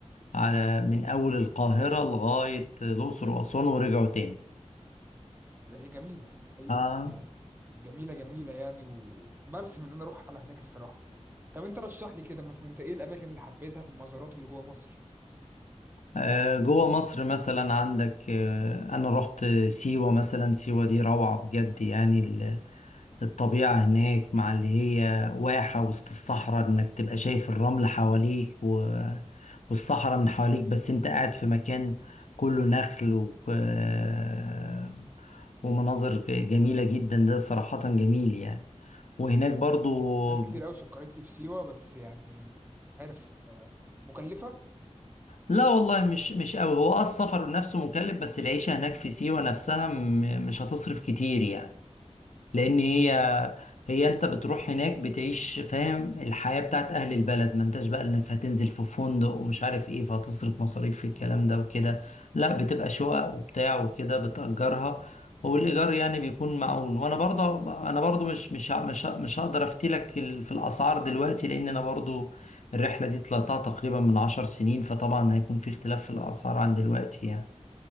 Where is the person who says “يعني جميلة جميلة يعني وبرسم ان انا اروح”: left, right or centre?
Right